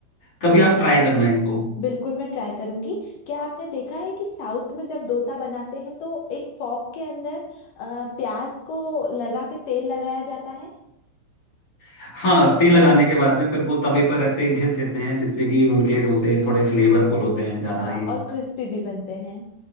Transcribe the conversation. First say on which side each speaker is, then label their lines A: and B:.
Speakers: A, on the left; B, on the left.
A: कभी आप
B: हाँ
A: ट्राई करना इसको
B: बिल्कुल मैं ट्राई करूंगी क्या आपने देखा है कि साउथ में जब डोसा बनाते हैं तो एक फॉक के अंदर अ, प्याज को लगा के तेल लगाया जाता है
A: हाँ तेल लगाने के बाद में फिर वो तवे पर ऐसे घिस देते हैं जिससे कि उनके डोसे थोड़े फ्लेवरफुल होते हैं ज्यादा
B: हाँ
A: ही
B: और क्रिस्पी भी बनते हैं